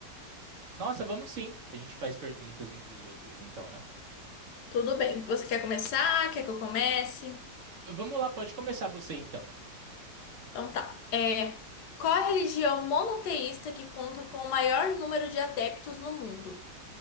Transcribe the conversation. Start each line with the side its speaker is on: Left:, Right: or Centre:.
Right: Nossa, vamos sim. A gente faz perguntas um pros outros, então, né?
Left: Tudo bem. Você quer começar? Quer que eu comece?
Right: Vamos lá, pode começar você então.
Left: Então tá. É, qual a religião monoteísta que conta com o maior número de adeptos no mundo?